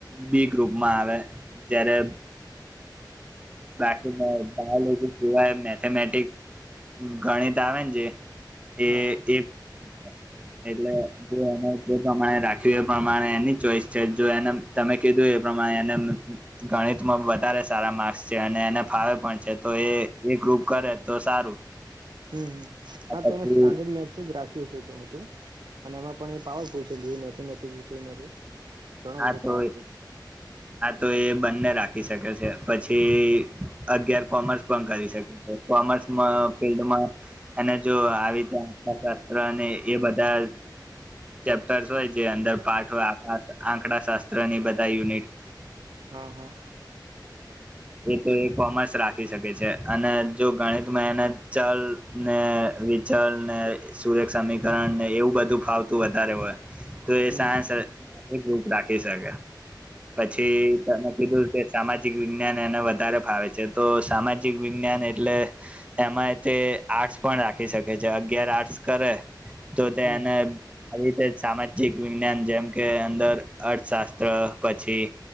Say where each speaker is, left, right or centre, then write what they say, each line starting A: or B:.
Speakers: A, on the right (about 15°); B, on the right (about 70°).
A: બી ગ્રુપમાં આવે. ત્યારે બાકી બાયોલોજી સિવાય મેથેમેટિક ગણિત આવેને જે એ
B: હા
A: એટલે એને જે પ્રમાણે રાખ્યું એ પ્રમાણે એની ચોઈસ છે એનમ તમે કીધું એ પ્રમાણે એને ગણિતમાં વધારે સારા માર્ક્સ છે અને એને ફાવે પણ છે તો એ એગ્રુપ કરે તો સારું.
B: હમ હા
A: પછી
B: તેને સ્ટાન્ડર્ડ મેચસ જ રાખી હતું. અને એમાં પણ એ પાવરફુલ છે બી મેથેમેટિક્સ વિષયમાં તો ઘણો
A: હા
B: બધો
A: તોઈ
B: પાવરફુલ છે
A: હા તો એ બંને રાખી શકે છે. પછી અગિયાર કોમર્સ પણ કરી શકે છે. કોમર્સમાં ફિલ્ડમાં એને જો આવીજા અર્થશાસ્ત્ર અને એ બધાં ચેપ્ટર્સ હોય જે અંદર પાઠ હોય આ આંકડા શાસ્ત્ર ની બધા યુનિટ
B: હા હા
A: એ તો કોમર્સ રાખી શકે છે. અને જો ગણિતમાં એના ચલ ને વિચલ ને સુરેખ સમીકરણ ને એવું બધું ફાવતું તું વધારે હોય. તો એસા
B: હમ હમ
A: <unintelligible> એક રૂપ રાખી શકે. પછી તને કીધું કે સામાજિક વિજ્ઞાન એને વધારે ફાવે છે તો સામાજિક વિજ્ઞાન એટલે એમાં તે આર્ટસ પણ રાખી શકે છે. અગિયાર આર્ટસ કરે તો તે
B: હમ
A: એને
B: હમ
A: આવી રીતે સામાજિક વિજ્ઞાન જેમ કે અંદર અર્થશાસ્ત્ર પછી